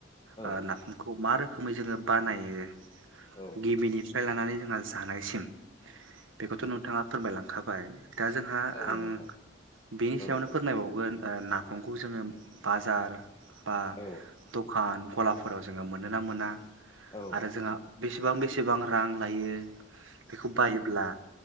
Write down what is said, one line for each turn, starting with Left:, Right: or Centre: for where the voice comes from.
Left: औ
Right: ओ नाफामखौ मा रोखोम खोमै जोंङो बानायो
Left: औ
Right: गिबिनि फ्राय लानानै जोंहा जानायसिम बेखौथ' नोंथांङा फोरमायलां खाबाय। दा जोंहा
Left: औ
Right: आं
Left: नोंथां
Right: बिनि
Left: औ
Right: सायावनो फोरमायबावगोन
Left: औ
Right: ओ नाफामखौ जोङो बाजार बा
Left: औ
Right: दखान गलाफोराव जोङो मोनोना मोना?
Left: औ
Right: आरो जोंहा बेसेबां बेसेबां रां लायो। बेखौ बायोब्ला